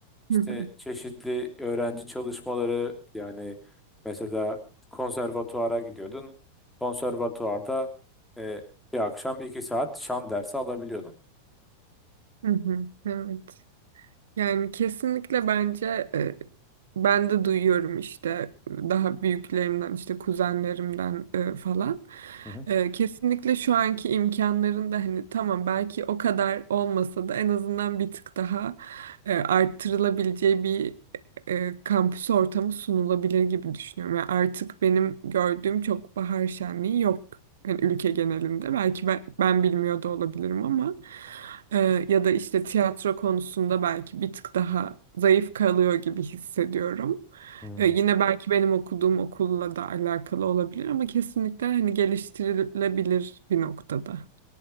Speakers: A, in the centre; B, on the right.
A: işte
B: hı hı,
A: çeşitli öğrenci çalışmaları yani mesela konservatuara gidiyordun. Konservatuarda e, bir akşam 2 saat şan dersi alabiliyordun.
B: hı hı, hı hı. Evet. Yani kesinlikle bence e, ben de duyuyorum işte daha büyüklerimden işte kuzenlerimden e, falan.
A: Hı hı.
B: E, kesinlikle şu anki imkanların da hani tamam belki o kadar olmasa da en azından bir tık daha e, arttırılabileceği bir e, kampüs ortamı sunulabilir gibi düşünüyorum. Yani artık benim gördüğüm çok bahar şenliği yok hani ülke genelinde belki ben, ben bilmiyor da olabilirim ama e, ya da işte tiyatro konusunda belki bir tık daha zayıf kalıyor gibi hissediyorum.
A: Hmm,
B: E, yine belki benim okuduğum okulla da alakalı olabilir ama kesinlikle hani geliştirilebilir bir noktada.